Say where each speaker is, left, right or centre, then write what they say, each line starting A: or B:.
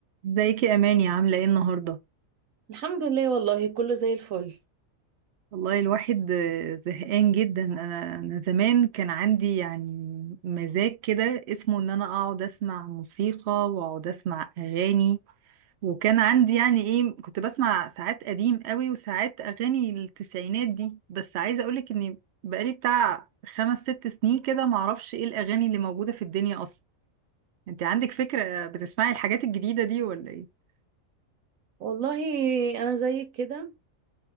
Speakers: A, on the right; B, on the right.
A: ازيك يا اماني عامله ايه النهارده
B: الحمد لله والله كله زي الفل
A: والله الواحد آه، زهقان جدا انا انا زمان كان عندي يعني مزاج كده اسمه ان انا اقعد اسمع موسيقى واقعد اسمع اغاني وكان عندي يعني ايه كنت بسمع ساعات قديم قوي وساعات اغاني التسعينات دي بس عايزه اقولك اني بقالي بتاع خمس ست سنين كده معرفش ايه الاغاني اللي موجوده في الدنيا اصلا انت عندك فكره بتسمعي الحاجات الجديده دي ولا ايه
B: والله انا زيك كده